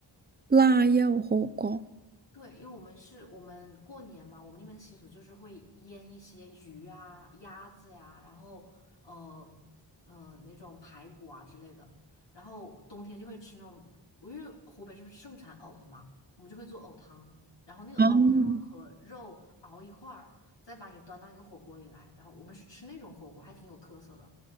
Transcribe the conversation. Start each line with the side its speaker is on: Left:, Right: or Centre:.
Right: 腊肉火锅，
Left: 对，因为我们是我们过年嘛，我们那边的习俗就是会腌一些鱼啊、鸭子呀、然后呃呃那种排骨啊之类的，然后冬天就会吃那种，因为湖北是不是盛产藕的嘛，我们就会做藕汤，然后那个藕汤和肉熬一块儿，
Right: 嗯。
Left: 再把你端到一个火锅里来，然后我们是吃那种火锅，还挺有特色的，